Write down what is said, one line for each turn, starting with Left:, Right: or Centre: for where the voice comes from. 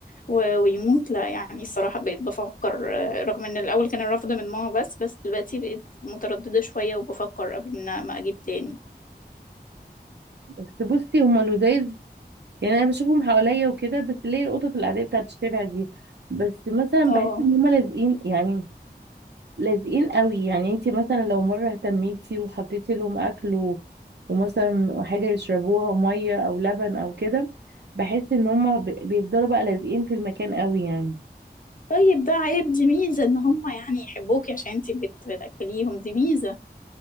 Left: و... ويموت لا يعني الصراحه بقيت بفكر آه، رغم ان الاول كان الرفض من ماما بس بس دلوقتي بقيت متردده شويه وبفكر قبل ان ما اجيب تاني
Right: بس بصي هما لذاذ يعني انا بشوفهم حواليا وكده بس ليه القطط العاديه بتاعت الشارع دي بس مثلا
Left: اه
Right: بحس ان هما لازقين يعني لازقين قوي يعني انت مثلا لو مره اهتميتي وحطيتي لهم اكل و- ومثلا حاجه يشربوها ميه او لبن او كده بحس ان هما ب- بيفضلوا بقى لازقين في المكان قوي يعني
Left: طيب ده عيب دي ميزه ان هم يعني يحبوكي عشان انتي بت... بتاكليهم دي ميزه